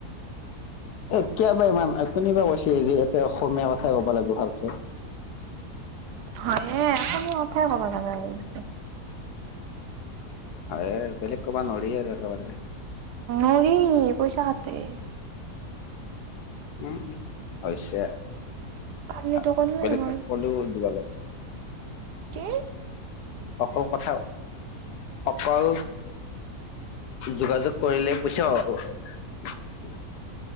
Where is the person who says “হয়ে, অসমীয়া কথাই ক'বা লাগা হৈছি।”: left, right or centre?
Right